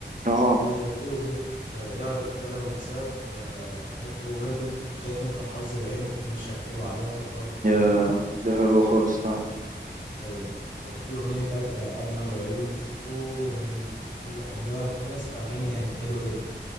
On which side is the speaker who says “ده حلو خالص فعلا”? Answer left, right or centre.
Right